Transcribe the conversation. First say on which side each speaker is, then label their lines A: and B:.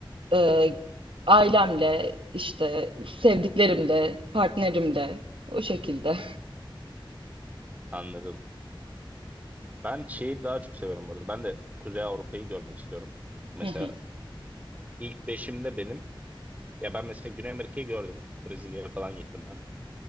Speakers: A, on the right; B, on the right.
A: Ee, ailemle, işte sevdiklerimle, partnerimle o şekilde.
B: Anladım. Ben şeyi daha çok seviyorum bu arada. Ben de Kuzey Avrupa'yı görmek istiyorum. Mesela
A: Hı hı,
B: ilk beşimde benim. Ya ben mesela Güney Amerika'yı gördüm. Brezilya'ya falan gittim ben.